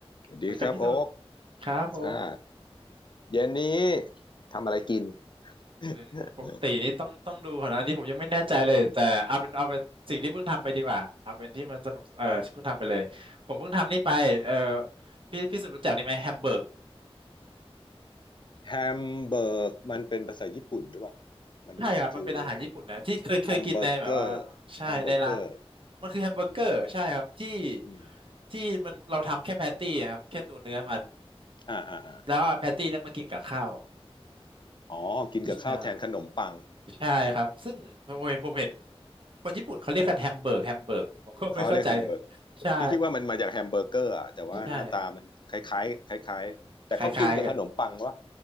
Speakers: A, on the left; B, on the right.
A: สวัสดีครับโอ๊ก
B: สวัสดีครับพี่สุดครับผม
A: อ่าเย็นนี้ทำอะไรกิน <laughs>
B: อืมปกตินี่ต้องต้องดูก่อนนะอันนี้ผมยังไม่แน่ใจเลยแต่เอาเป็นเอาเป็นสิ่งที่เพิ่งทำไปดีกว่าเอาเป็นที่มันสนุกเออเพิ่งทำไปเลยผมเพิ่งทำนี่ไปเออพี่พี่สุดรู้จักนี่ไหมแฮมเบอร์ก
A: แฮมเบิร์ก <laughs> มันเป็นภาษาญี่ปุ่นหรือเปล่ามันคือแ
B: ใช่ครับมันเป็นอาหารญี่ปุ่นนะที่เคยเคยกินในแบบว่าใช่ในร้าน
A: ฮมเบอร์เกอร์แฮมเบอร์เกอร์
B: มันคือแฮมเบอร์เกอร์ใช่ครับที่
A: อืม
B: ที่มันเราทำแค่แพตตี้อะครับแค่ตัวเนื้อมัน
A: อ่าอ่าอา
B: แล้วเอาแพตตี้นั้นมากินกับข้าว
A: อ๋อกินกับข้าวแทนขนมปัง
B: อ่า ใช่ครับ ซึ่งผมเห็นผมเห็นคนญี่ปุ่นเขาเรียกกันแฮมเบิร์กแฮมเบิร์กผมก็ไม่เข้าใจ
A: อ่าเขาเรียกแฮมเบิร์ก
B: ใช่
A: พี่คิดว่ามันมาจากแฮมเบอร์เกอร์อ่ะแต่ว่าหน้าตามันคล้ายๆคล้ายๆแต่เขากินกับขนมปังวะ
B: ใช่คล้ายๆกัน